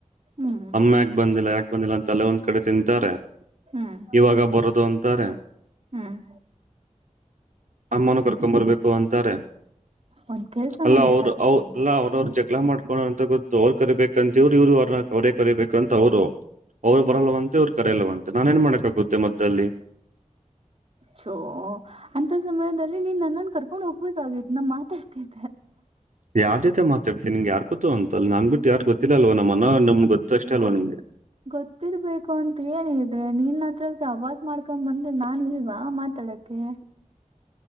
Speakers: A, on the right; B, on the right.
A: ಹ್ಮ್
B: ಅಮ್ಮ ಯಾಕೆ ಬಂದಿಲ್ಲ ಯಾಕ. ಬಂದಿಲ್ಲ ಅಂತ ಅಲ್ಲೇ ಒಂದ್ ಕಡೆ ತಿಂತಾರೆ
A: ಹ್ಮ್
B: ಇವಾಗ ಬರದು ಅಂತಾರೆ.
A: ಹ್ಮ್
B: ಅಮ್ಮಾನ ಕರ್ಕೊ್ಂಬರ್ಬೇಕು ಅಂತಾರೆ.
A: ಒಂದ್ ಕೆಲ್ಸ
B: ಅಲ್ಲ
A: ಮಾಡ್ಬೇಕಾಗಿತ್ತು
B: ಅವರು ಅವ
A: ನೀನು
B: ಅಲ್ಲ ಅವ್ರವ್ರ ಜಗಳ ಮಾಡ ೋಣ ಅಂತ ಗೊತ್ತು ಅವ್ರು ಕರಿಬೇಕಂತ ಇವ್ರು ಇವ್ರು ಅವ್ರನ್ನ ಅವರೇ ಕರಿಬೇಕಂತ ಅವ್ರು. ಅವರು
A: ಹಾ
B: ಬರಲ್ವಂತೆ ಅವ್ರ ಕರೆಯಲ್ಲವಂತೆ ನಾನ ಏನ್ ಮಾಡಕ್ ಆಾಗುತ್ತೆ ಮತ್ತೆ ಅಲ್ಲಿ.
A: ಚೋ ಅಂತ ಸಮಯದಲ್ಲಿ ನೀನ್ ನನ್ನನ್ ಕರ್ಕೊಂಡ್ ಹೋಗ್ಬೇಕ ಆತ್ತು ನಮ ಮಾತಾಡ್ತೀನಿ.
B: ಯಾವ್ದ್ಯತೆ ಮಾತಾಡ್ತಿ ನಿನ್್ ಯಾರ್ ಗೊೋ ಅಂತ ಅಲ್ಲ ನಾನ್ ಬಿಟ್ಟು ಯಾರ್ು ಗೊತ್ತಿಲ್ಲ ಅಲ್ವ ನಮ್ಮ ಅಣ್ಣ ನಮ್ಗ್ ಗೊತ್ತು ಅಷ್ಟೇ ಅಲ್ವಾ
A: ಗೊ
B: ನಿಂಗೆ
A: ಗೊತ್ತಿರ್ಬೇಕು ಅಂತ ಏನದೆ ನಿನ್ ಹತ್ರ ಅವವಾಜ ಮಾಡ್ಕೊ ಬಂದ್ರೆ ನಾನ್ ಇಲ್ವಾ ಮಾತಾಡಕ್ಕೆ.